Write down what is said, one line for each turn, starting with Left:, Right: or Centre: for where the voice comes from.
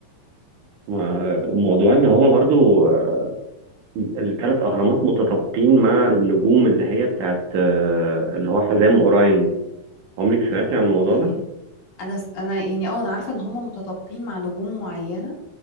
Right: وموضوع ان هو برضو آه، الثلاث اهرامات متطابقين مع النجوم اللي هي بتاعت آه، اللي هو حزام اوراين عمرك سمعتي
Left: أوكي
Right: عن الموضوع ده؟
Left: انا س- انا يعني اه انا عارفه ان هم متطابقين مع نجوم معينه